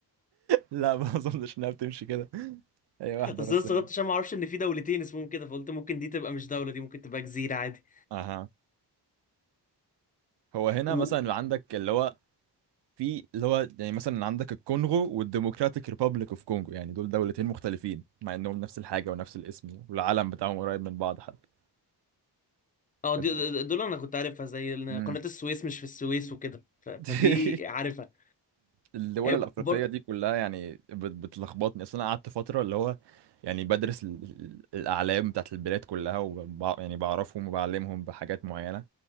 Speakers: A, on the right; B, on the left.
A: لا ما أظنش إنها بتمشي كده <laughs> هي واحدة
B: بس
A: بس
B: انا استغربت
A: هنا
B: عشان ما اعرفش ان في دولتين اسمهم كده فقلت ممكن دي تبقى مش دوله دي ممكن تبقى جزيره عادي
A: أها هو هنا
B: و...
A: مثلا عندك اللي هو في اللي هو يعني مثلا عندك الكونغو والديموكراتيك ريبابليك اوف كونغو يعني دول دولتين مختلفين مع انهم نفس الحاجة ونفس الاسم والعلم بتاعهم قريب من بعض حتى
B: اه
A: الد-
B: دي- دول انا كنت عارفها زي إن
A: مم.
B: قناه السويس مش في السويس وكده ف... فدي
A: <laughs>
B: عارفها
A: الدول
B: هي
A: الافريقيه
B: برضه
A: دي كلها يعني بت- بتلخبطني اصل انا قعدت فتره اللي هو يعني بدرس ال- ال- الاعلام بتاعت البلاد كلها وب... يعني بعرفهم وبعلمهم بحاجات معينه